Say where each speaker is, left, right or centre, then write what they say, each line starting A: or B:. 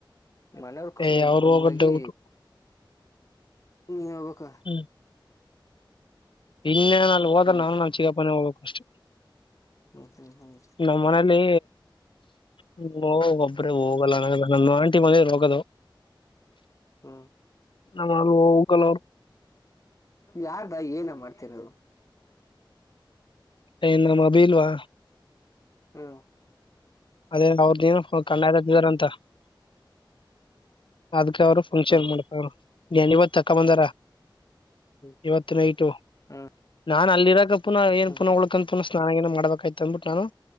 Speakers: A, on the left; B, on the left.
A: ಮನೆಯವ್ರ ಕಳ್ಸ
B: ಏ
A: ನಿನ್ಕ
B: ಅವ್ರು ಹೋಗೋದ್
A: ಮುಂದಾಗಿ
B: ಡೌಟ್
A: ನೀ ಹೊಬೇಕ
B: ಹ್ಮ್ ಇನ್ನೇನ್ ಅಲ್ ಹೋದ್ರೆ
A: ಕಿವಿ
B: ನಾನು ನನ್ ಚಕಪ್ಪನೆ ಹೋಗ್ಬೇಕು ಅಷ್ಟೆ.
A: ಹ್ಮ್ ಹ್ಮ್ ಹ್ಮ್
B: ನಮ್ಮ ಮನೇಲಿ ಹ್ಮ್ ಒಬ್ರೆ ಹೋಗಲ್ಲ ನಾವೆಲ್ಲ. ನಮ್ಮ ಆಂಟಿ ಮನೆ ರೋಗದು <unintelligible>
A: ಹ್ಮ್
B: ನೋ ಕಲರ್
A: ಯಾರ್ದ ಏನ ಮಾಡ್ತಿರೋರು?
B: ಅ ನಮ್ ಅಬಿಲ್ವಾ
A: ಹ್ಮ್
B: ಅದೇ ಅವ್ರ್ ದೇನು <unintelligible> ಹತಿದಾರ ಅಂತ. ಅದ್ ಅವ್ರು ಫಂಕ್ಷನ್
A: ಹ್ಮ್
B: ಮಾಡ್ತರ. ಜನಿವತ್ ತಕ್ಕ ಬಂದಾರ.
A: ಹ್ಮ್
B: ಇವತ್ ನೈಟು
A: ಹ್ಮ್
B: ನಾ ಅಲ್ಲಿರಾಕ ಪುನ್ ಪುನ
A: ಹ್ಮ್
B: ಏನು ಉಳ್ಕಂತ್ ಅನ್ಸ್ ಸ್ನಾನ ಗಿನ ಮಾಡ್ಬೇಕಾಯ್ತು ಅಂದಬಿಟ್ಟು ನಾನು